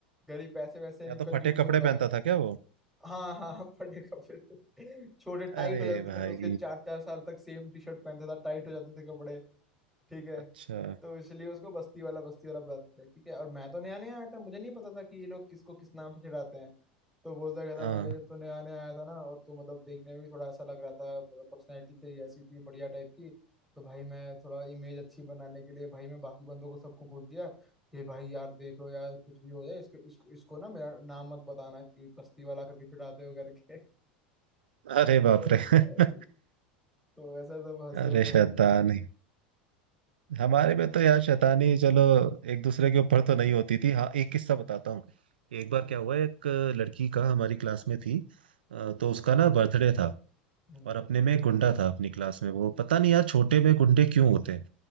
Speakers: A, in the centre; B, on the right.
A: गरीब पैसे वैसे नहीं
B: या तो
A: कंजूस
B: फटे कपड़े
A: होगा
B: पहनता था क्या वो
A: हाँ हाँ फटे कपड़े छोटे टाइट
B: अरे
A: हो जाते
B: भाई
A: थे कपड़े उसके चार चार साल तक सेम टी शर्ट पहनता था टाइट हो जाते थे कपड़े ठीक है
B: अच्छा
A: तो इसलिए उसको बस्ती वाला बस्ती वाला बुलाते थे ठीक है और मैं तो नया नया आया था मुझे नहीं पता था कि ये लोग किसको किस नाम से चिढ़ाते हैं तो बोलता कहता
B: हाँ
A: भाई जब तू नया नया आया था ना और तू मतलब देखने में भी थोड़ा ऐसा लग रहा था मतलब पर्सनैलिटी तेरी ऐसी थी बढ़िया टाइप की तो भाई मैं थोड़ा इमेज अच्छी बनाने के लिए भाई मैं बाकी बंदों को सबको बोल दिया कि भाई यार देख लो यार कुछ भी हो जाए इसके इसको इसको ना मेरा नाम मत बताना कि बस्ती वाला करके चिढ़ाते हो करके <laughs>
B: अरे
A: ओ
B: बाप रे <laughs>
A: भाई तो ऐसा सब हंस रहे
B: अरे
A: थे
B: शैतानी
A: भाई
B: हमारे में तो यार शैतानी चलो एक दूसरे के ऊपर तो नहीं होती थी हाँ एक किस्सा बताता हूँ एक बार क्या हुआ एक लड़की का हमारी क्लास में थी अ, तो उसका ना बर्थडे था
A: हम्म
B: और अपने में एक गुंडा था अपनी क्लास में वो पता नहीं यार छोटे में गुंडे क्यों होते हैं